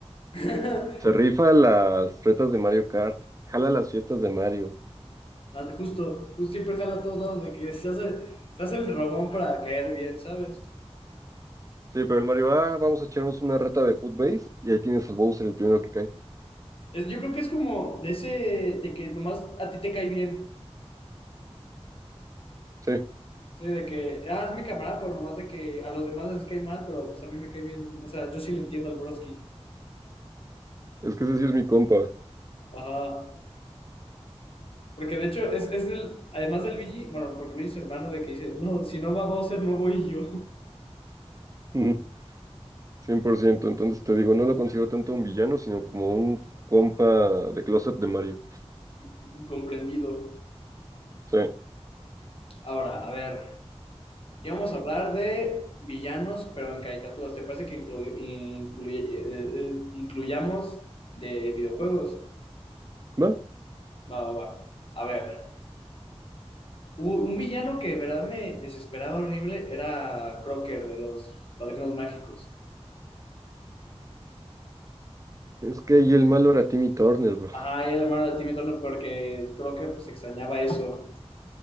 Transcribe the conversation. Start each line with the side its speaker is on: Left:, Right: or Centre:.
Left: <laughs>
Right: se rifa las retas de Mario Kart, jala las fiestas de Mario,
Left: Ah, Justo, justo siempre jala a todos lados de que se hace, se hace el robón para caer bien, ¿sabes?
Right: Sí, pero el Mario, ah, vamos a echarnos una reta de Footbase y ahí tienes al Bowser el primero que cae.
Left: Es- yo creo que es como de ese, de que nomás a ti te cae bien.
Right: Sí,
Left: Sí, de que, ah, es mi camarada, pero nomás de que a los demás les cae mal, pero pues a mí me cae bien. O sea, yo sí le entiendo al broski.
Right: es que ese sí es mi compa,
Left: Ajá. Porque de hecho, es, es el, además del Luigi, bueno, porque Luigi es su hermano de que dice, no, si no va Bowser, no voy yo.
Right: <laughs> ujú, 100%. Entonces te digo, no lo considero tanto un villano, sino como un compa de closet de Mario.
Left: <laughs> Incomprendido.
Right: Sí,
Left: Ahora, a ver, ya vamos a hablar de villanos, pero en caricaturas. ¿Te parece que inclu- incluye- eh, eh, incluyamos de videojuegos?
Right: va.
Left: Va, va, va. A ver, u- un villano que de verdad me desesperaba horrible era Crocker de los Padrinos Mágicos.
Right: Es que ahí el malo era Timmy Turner, bro.
Left: Ajá, y el hermano de Timmy Turner porque Crocker pues extrañaba eso.